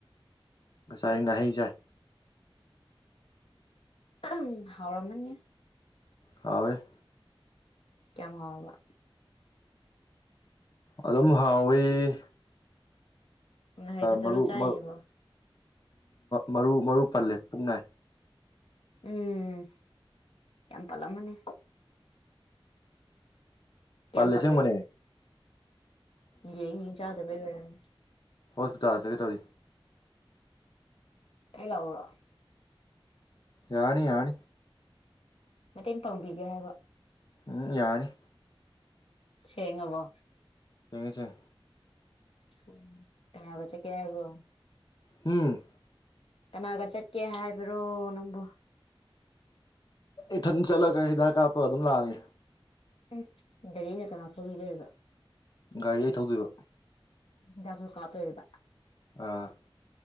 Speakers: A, on the left; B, on the left.
A: ꯉꯁꯥꯏ ꯉꯥꯍꯩ ꯆꯥꯏ
B: ꯎꯝ ꯍꯥꯎꯔꯃꯅꯤ
A: ꯍꯋꯦ
B: ꯀꯥꯝ ꯍꯥꯎꯔꯕ
A: ꯑꯗꯨꯝ ꯍꯥꯎꯏ
B: ꯉꯍꯩ ꯈꯛꯇꯔꯣ
A: ꯃꯔꯨ
B: ꯆꯥꯏꯔꯤꯁꯤꯕꯣ
A: ꯃꯔ ꯃꯔꯨ ꯃꯔꯨ ꯄꯜꯂꯦ ꯄꯨꯛꯅꯥꯏ
B: ꯎꯝ ꯌꯥꯝ ꯄꯜꯂꯝꯃꯅꯤ ꯀꯌꯥꯝ
A: ꯄꯜꯂꯦ
B: ꯄꯜꯂꯒꯦ
A: ꯁꯦꯡꯃꯅꯦ
B: ꯌꯦꯡ ꯌꯦꯡ ꯆꯥꯗꯕꯩ ꯑꯣꯏ
A: ꯍꯣꯁꯄꯤꯇꯥꯜ ꯆꯠꯀꯦ ꯇꯧꯔꯤ
B: ꯑꯦꯂꯔ
A: ꯌꯥꯅꯤ ꯌꯥꯅꯤ
B: ꯃꯇꯦꯡ ꯄꯥꯡꯕꯤꯒꯦ ꯍꯥꯏꯕ
A: ꯎꯝ ꯌꯥꯔꯅꯤ
B: ꯁꯦꯡꯉꯕꯣ
A: ꯁꯦꯡꯉꯦ ꯁꯦꯡꯉꯦ
B: ꯎ ꯀꯅꯥꯕ ꯆꯠꯀꯦ ꯍꯥꯏꯕ꯭ꯔꯣ
A: ꯍꯨꯝ
B: ꯀꯅꯥꯒ ꯆꯠꯀꯦ ꯍꯥꯏꯕꯔꯣ ꯅꯪꯕꯨ
A: ꯏꯊꯟ ꯆꯠꯂꯒ ꯍꯤꯗꯥꯛ ꯀꯥꯞꯄꯒ ꯑꯗꯨꯝ ꯂꯥꯛꯑꯒꯦ
B: ꯑꯨꯝ ꯒꯔꯤꯅ ꯀꯅꯥ ꯊꯧꯕꯤꯗꯨꯔꯤꯕ
A: ꯒꯥꯔꯤ ꯑꯩ ꯊꯧꯗꯣꯏꯕ
B: ꯍꯤꯗꯥꯛꯁꯨ ꯀꯥꯞꯇꯨꯔꯤꯕ
A: ꯑꯥ